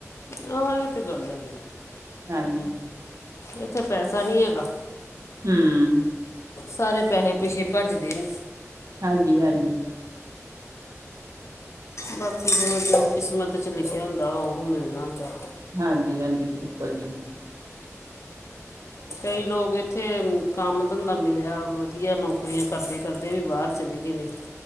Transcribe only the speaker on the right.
ਹਾਂਜੀ।
ਹਮ।
ਹਾਂਜੀ-ਹਾਂਜੀ।
ਹਾਂਜੀ-ਹਾਂਜੀ ਬਿਲਕੁਲ ਜੀ।